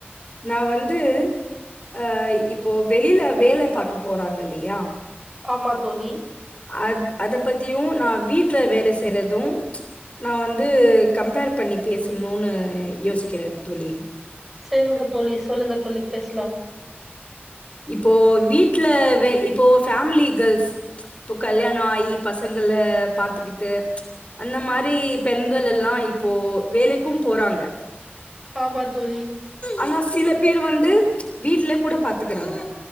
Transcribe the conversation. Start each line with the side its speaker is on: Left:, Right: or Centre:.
Left: நா வந்து அ இப்போ வெளியில வேல பாக்க போறாங்க இல்லையா
Centre: ஆமா தோழி
Left: அ அத பத்தியு நா வீட்ல வேல செய்யறது நா வந்து கம்பேர் பண்ணி பேசணுன்னு யோசிக்கிற தோழி
Centre: சேரிங்க தோழி சொல்லுங்க தோழி பேசலா
Left: இப்போ வீட்ல வே இப்போ ஃபேமிலி கேர்ள்ஸ் இப்போ கல்யாணோ ஆயி பசங்கல பாத்துக்கிட்டு அந்த மாரி பெண்கள் எல்லா இப்போ வேலைக்கும் போறாங்க
Centre: ஆமா தோழி
Left: ஆனா சில பேர் வந்து வீட்லே கூட பாத்துக்கறாங்க